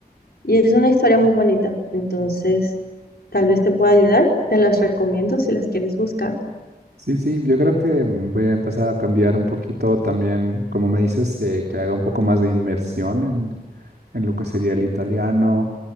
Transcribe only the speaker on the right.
Sí, sí, yo creo que mm, voy a empezar a cambiar un poquito también, como me dices, eh, que haga un poco más de inmersión en, en lo que sería el italiano,